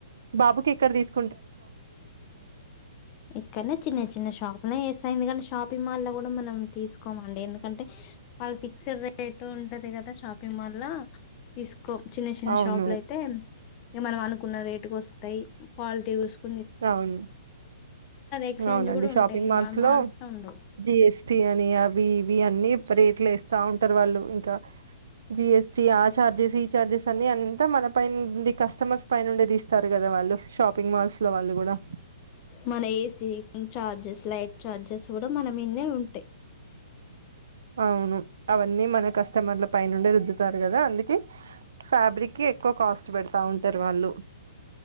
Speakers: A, on the right (about 70°); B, on the left (about 25°).
A: బాబు కిక్కడ తీస్
B: ఇక్కనే చిన్ని చిన్న షాప్ ల చేస్తా ఎందుకంటే షాపింగ్ మాల్ కూడా మనం తీసుకోమండి ఎందుకంటే వాళ్ళ ఫిక్స్డ్ రేట్ ఉంటది కదా షాపింగ్ మాల్ ల తీసు చిన్న చిన్న
A: అవును.
B: షాపులు అయితే ఇగ మనం అనుకున్న రేటుకు వస్తాయి క్వా లిటీ
A: అవును
B: ఎక్స్చేంజ్
A: అవునండి
B: కూడా
A: షాపింగ్
B: ఉంటాయి.
A: మాల్స్
B: మా
A: లో
B: ఉండవు.
A: జిఎస్టి అని అవి ఇవి అన్ని రేట్ ఇట్లా ఇస్తా ఉంటారు వాళ్ళు ఇంకా జిఎస్ ఇటీ ఆ చార్జెస్ ఈ చార్జెస్ అన్ని అంతా మన పైనుండి కస్టమర్స్ పైనుండే తీస్తారు కదా వాళ్ళు షాపింగ్ మాల్స్ లో వాళ్ళు కూడా
B: మన ఏసీ చార్జెస్ స్లైట్ చార్జెస్ కూడా మన మీదనే ఉంటాయి
A: అవును అవన్నీ మన కస్టమర్ల పై నుండే రుద్దుతారు కదా అందుకే ఫ్యాబ్రిక్ ఎక్కువ కాస్ట్ పెడతా ఉంటారు వాళ్ళు